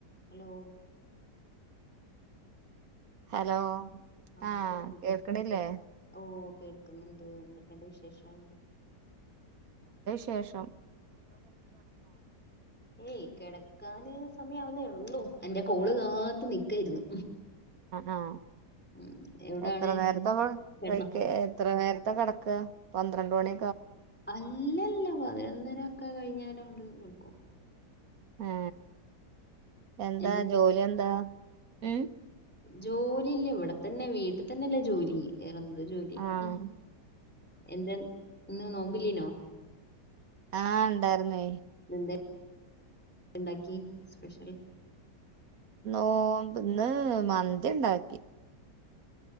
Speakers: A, in the centre; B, on the right (about 60°).
A: Hello
B: hello
A: ആഹ്
B: ആഹ
A: കേൾക്ക്ണ്ടോ
B: കേൾക്ക്ണ്ല്ലേ
A: ഓ കേൾക്കുന്നുണ്ട് എന്തൊക്കെണ്ട് വിശേഷം
B: ശേഷം
A: ഏയ് കിടക്കാന് സമയവുന്നേ ള്ളൂ ള്ളൂ എന്റെ കോള് കാത്ത് നിക്കായിരുന്നു
B: ആ ആ
A: ഉം എവിടാണ്
B: എത്ര നേരത്തെ
A: കിടന്നോ
B: കഴ്ക്കാ എത്ര നേര ത്ത കടക്കാ പന്ത്രണ്ട് മണി
A: അല്ലല്ല പതിനൊന്നര ഒക്കെ കഴിഞ്ഞാലാണ്ട് കടക്കും
B: ഏ എന്താ
A: എന്തെന്ന്
B: ജോലിന്താ ഉം
A: ജോലി ഇല്ല ഇവിടെത്തന്നെ വീ ഇവട തന്നല്ലേ ജോലി വെറെന്ത് ജോലി
B: ആഹ്
A: ഉം എന്ത ഇന്ന് നോമ്പ് ല്ല്യേന്യോ
B: ആഹ ഇണ്ടായിര്ന്നേ
A: എന്തെ ഇണ്ടാക്കി സ്പെഷ്യൽ
B: നോമ്പ് ഇന്ന് മന്തി ഇണ്ടാക്കി